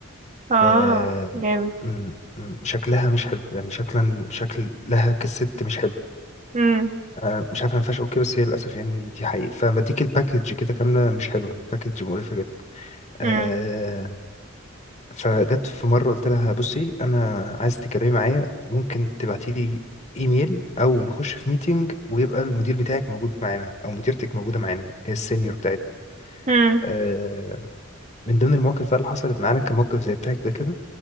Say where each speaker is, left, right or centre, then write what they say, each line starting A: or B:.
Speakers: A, on the right; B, on the left.
A: اه
B: آه،
A: جامد
B: م- م- شكلها مش حلو يعني شكلا شكلها كست مش حلو
A: امم
B: آه، مش عارف انا ما ينفعش اقول كده بس هي للاسف يعني دي حقيقة فلما اديك الباكج كده كامله مش حلوه الباكج مقرفه جدا آه
A: امم
B: فجت في مره قلت لها بصي انا عايز تتكلمي معايا ممكن تبعتي لي ايميل او نخش في ميتنج ويبقى المدير بتاعك موجود معانا او مديرتك موجوده معانا اللي هي السينيور بتاعتنا
A: امم
B: آه من ضمن المواقف بقى اللي حصلت معانا كان موقف زي بتاعك ده كده